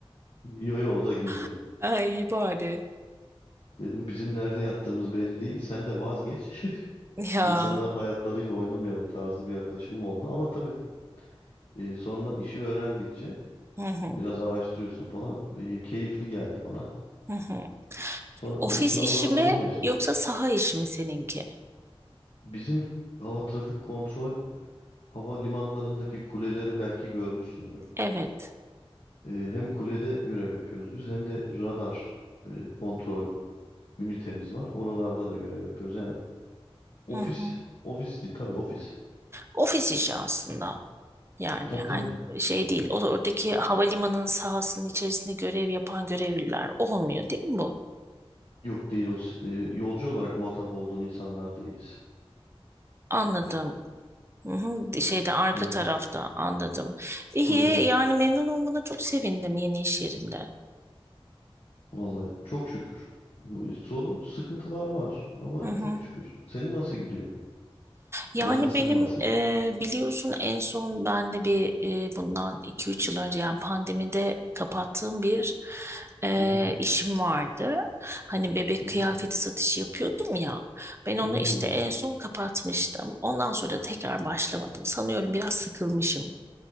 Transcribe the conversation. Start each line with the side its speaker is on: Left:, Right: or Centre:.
Left: Yo yo o da girdi.
Right: <laughs> Ay iyi bari.
Left: Dedim bizim nerede yattığımız belli değil. Sen de vazgeç. <laughs>
Right: Ya.
Left: İnsanların hayatlarıyla oynamayalım tarzı bir yaklaşımım oldu. Ama tabii e, sonradan işi öğrendikçe
Right: Hı hı,
Left: biraz araştırıyorsun falan. E, keyifli geldi bana.
Right: hı hı. Peki
Left: Sonra
Right: ofis
Left: onun sınavına
Right: işi
Left: hazırlanıyorsun
Right: mi yoksa
Left: işte.
Right: saha işi mi seninki?
Left: Bizim hava trafik kontrol havalimanlarındaki kuleleri belki görmüşsündür.
Right: Evet.
Left: Ee, hem kulede görev yapıyoruz biz hem de radar e, kontrol ünitemiz var. Oralarda da görev yapıyoruz. Yani ofis,
Right: Hı hı.
Left: ofis değil tabii ofis.
Right: Ofis işi aslında. Yani
Left: Tabii tabii.
Right: hani şey değil. O oradaki havalimanının sahasının içerisinde görev yapan görevliler olmuyor değil mi bu?
Left: Yok değil o s- e, yolcu olarak muhatap olduğun insanlar değiliz.
Right: Anladım. Hı hı, şeyde arka
Left: Tabii
Right: tarafta anladım. İyi
Left: kulede.
Right: yani memnun olmana çok sevindim yeni iş yerinde.
Left: Vallahi çok şükür. Bu sorun sıkıntılar var ama
Right: Hı hı.
Left: çok şükür. Senin nasıl gidiyor?
Right: Yani
Left: Biraz da sen
Right: benim
Left: bahset.
Right: e, biliyorsun en son ben de bir e, bundan iki üç yıl önce yani pandemide kapattığım bir e,
Left: Hı hı
Right: işim vardı. Hani bebek
Left: hı
Right: kıyafeti
Left: hı.
Right: satışı yapıyordum ya. Ben onu
Left: Hmm,
Right: işte en son kapatmıştım. Ondan sonra da tekrar başlamadım. Sanıyorum biraz sıkılmışım.